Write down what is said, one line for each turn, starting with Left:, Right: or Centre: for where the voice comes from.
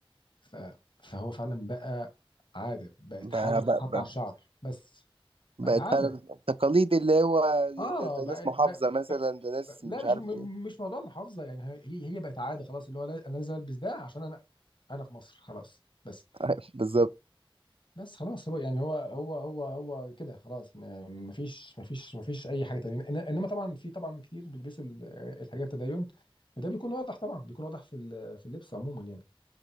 Left: ف... فهو فعلا بقى عاده بقت حاجه
Right: ب-
Left: بتتحط
Right: ب- ب-
Left: على الشعر بس
Right: بقت
Left: بقت عاده
Right: فعلا التقاليد اللي هو
Left: اه
Right: ده, ده
Left: بقت
Right: ناس محافظة
Left: بقى...
Right: مثلا
Left: بقى...
Right: ده ناس
Left: بقى... لا
Right: مش
Left: مش
Right: عارف
Left: م...
Right: ايه
Left: مش موضوع محافظه يعني هي هي بقت عاده خلاص اللي هو لا... انا لازم البس ده عشان انا انا في مصر خلاص بس
Right: <laughs> بالظبط
Left: بس خلاص هو يعني هو هو هو هو كده خلاص ما ما فيش ما فيش ما فيش اي حاجه تانية إن- انما طبعا في طبعا كتير بيلبسوا ال- الحاجات التدين وده بيكون واضح طبعا بيكون واضح في ال- في اللبس عموما يعني